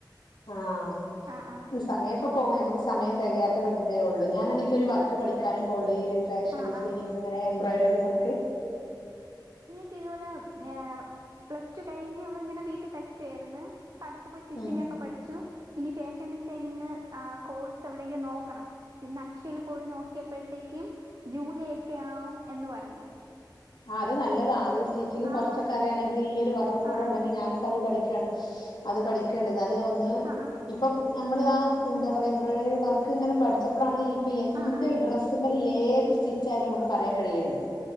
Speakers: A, on the left (about 85°); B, on the right (about 50°).
A: ആഹ്
B: ആഹ് ആഹ്
A: ത് സമയ ക്കെ പോകും ഞമ്മക്ക് സമയ തെകയാത്ത പെണ് ഇതേ ഒള്ളൂ ഞാനെനിക്കൊരു ഒരു വർക്ക് പഠിക്കാനും പോണ്ടേ ഫാഷൻ
B: ആഹ്
A: ഡിസൈനിങ്
B: ആഹ്
A: ങ്ങനെ എംബ്രോയിഡറി വർക്ക്
B: ത്തി ഇതുപോലെ ഞാഹ് പ്ലസ് ടു കഴിഞ്ഞ് അവള് ഇങ്ങനെ വീട്ടി തയ്ക്കുവാരുന്ന് പ്പ അടുത്ത് പോയി സ്റ്റിച്ചിങ്
A: ഉം
B: ഒക്കെ പഠിച്ചു ഇനി ഫാഷൻ ഡിസൈനിങ് ആ കോഴ്സ് എവിടെയെങ്കും നോക്കണം ഇന്ന് അക്ഷെല് പോയി നോക്കിയപ്പോഴത്തേക്കും ജൂലൈ ഒക്കെ ആവും എന്ന്ന് പറഞ്ഞു.
A: ആ അത് നല്ലതാ അത് സ്റ്റിച്ചിങ് കുറച്ചൊക്ക
B: ആഹ്
A: അറിയയാണെങ്കി ഈ ഒരു വർക്കു കൂടെ
B: ആഹ്
A: ഉണ്ടെങ്കി
B: ആഹ്
A: ഞാനു പത് പഠിക്കും ക്കാണ് അത് പഠിക്ക്ണ്ട് എന്നല് ഒന്ന്
B: ആഹ് ആഹ്
A: ഇപ്പം നമ്മള് ആ എന്താ പറയാ എംബ്രോയിഡറി വർക്ക് ഇങ്ങനെ പഠിച്ചപ്പളാണ് എന്ത്
B: ആഹ് ആഹ് ആഹ്
A: ട്രസ് ഏത് സ്റ്റിച്ചായാലും നമുക്ക് പറയാൻ കഴിണ്ട്